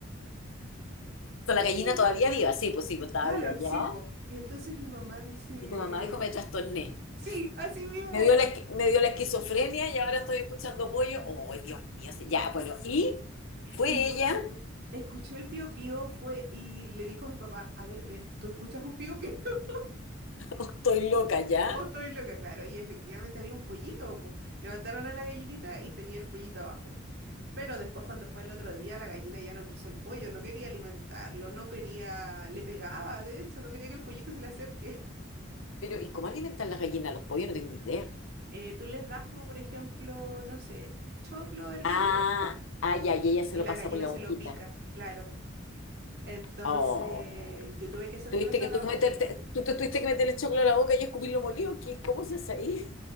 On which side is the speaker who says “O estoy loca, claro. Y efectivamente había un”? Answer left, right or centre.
Right